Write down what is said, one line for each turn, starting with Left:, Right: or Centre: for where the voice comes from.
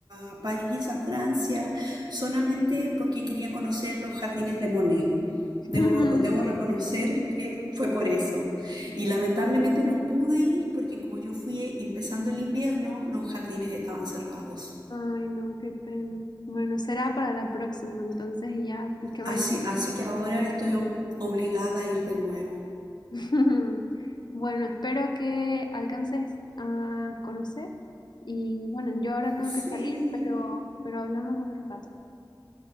Right: a París, a Francia, solamente porque quería conocer los jardines de Monet.
Left: <laughs>
Right: Debo, debo reconocer que fue por eso. Y lamentablemente no pude ir porque como yo fui empezando el invierno, los jardines estaban cerrados.
Left: Ay, no, qué pena. Bueno, será para la próxima, entonces y ya que vaya.
Right: Así, así que ahora estoy o- obligada a ir de nuevo.
Left: <laughs> Bueno, espero que alcances a conocer y bueno, yo ahora tengo
Right: Sí.
Left: que salir, pero, pero hablamos otro rato.